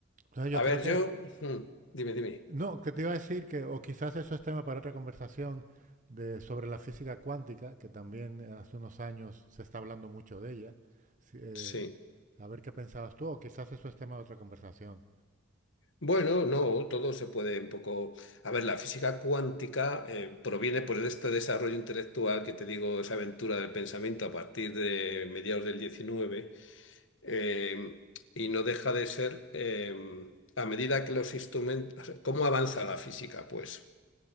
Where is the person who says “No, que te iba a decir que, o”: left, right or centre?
Right